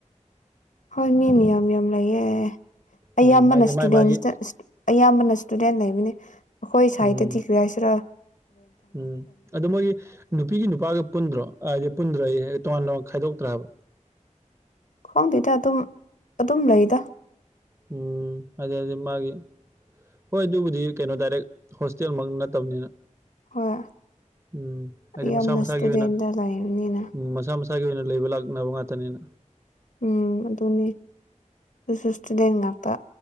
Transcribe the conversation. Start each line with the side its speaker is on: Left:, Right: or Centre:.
Left: ꯍꯣꯏ ꯃꯤꯃꯤ ꯌꯥꯝ ꯌꯥꯝ ꯂꯩꯌꯦꯦ ꯑꯌꯥꯝꯕꯅ
Right: ꯎꯝ ꯍꯥꯏꯗꯤ
Left: ꯏꯁꯇꯨꯗꯦꯟ
Right: ꯃꯥꯥꯏ ꯃꯥꯒꯤ
Left: ꯑꯌꯥꯝꯕꯅ ꯏꯁꯇꯨꯗꯦꯟ ꯂꯩꯕꯅꯤ ꯑꯩꯈꯣꯏ ꯁꯥꯏꯠꯇꯗꯤ
Right: ꯎꯝ
Left: ꯀ ꯄꯤꯁ꯭ꯔꯥ
Right: ꯎꯝ ꯑꯗꯨ ꯃꯣꯏꯒꯤ ꯅꯨꯄꯤꯒꯤ ꯅꯨꯄꯥꯒ ꯄꯨꯟꯗ꯭ꯔꯣ ꯍꯥꯏꯗꯤ ꯄꯨꯟꯗ꯭ꯔ ꯑꯩ ꯇꯣꯉꯥꯟ ꯇꯣꯉꯥꯟ ꯈꯥꯏꯗꯣꯛ ꯇ꯭ꯔꯕ
Left: ꯈꯣꯡꯗꯦꯗ ꯑꯗꯨꯝ ꯑꯗꯨꯝ ꯂꯩꯗ
Right: ꯎꯝ ꯑꯗꯦ ꯑ ꯃꯥꯒꯤꯦ ꯍꯣꯏ ꯑꯗꯨꯕꯨꯗꯤ ꯀꯩꯅꯣ ꯗꯥꯏꯔꯦꯛ ꯍꯣꯁꯇꯦꯜꯃꯛ ꯅꯠꯇꯕꯅꯤꯅ
Left: ꯍꯣꯏ
Right: ꯎꯝ ꯍꯥꯏꯗꯤ
Left: ꯌꯥꯝꯅ
Right: ꯃꯁꯥ ꯃꯁꯥꯒꯤ
Left: ꯏꯁꯇꯨꯗꯦꯟꯗ
Right: ꯑꯣꯏꯅ
Left: ꯂꯩꯕꯅꯤꯅ
Right: ꯎꯝ ꯃꯁꯥ ꯃꯁꯥ ꯏꯁꯥꯒꯤ ꯑꯣꯏꯅ ꯂꯩꯕ ꯂꯥꯛꯅꯕ ꯉꯥꯛꯇꯅꯤꯅ
Left: ꯎꯝ ꯑꯗꯨꯅꯤ ꯑꯗꯨꯇꯤꯗꯦꯟ ꯉꯥꯛꯇ